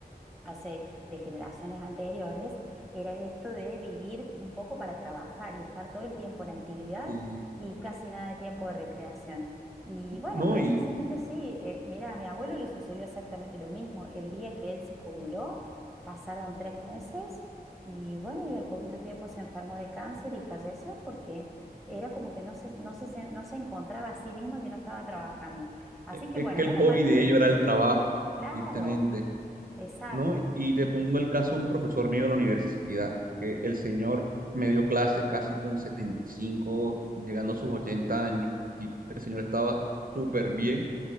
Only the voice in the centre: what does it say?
hace de generaciones anteriores, era esto de vivir un poco para trabajar y estar todo el tiempo en actividad
y casi nada de tiempo de recreación. Y bueno,
precisamente
sí, eh, mira, a mi abuelo le sucedió exactamente lo mismo. El día que él se jubiló, pasaron tres meses y bueno, y al poquito tiempo se enfermó de cáncer y falleció porque era como que no se, no se, se- no se encontraba a sí mismo si no estaba trabajando. Así
que
bueno,
menos
mal que,
claro,
exacto,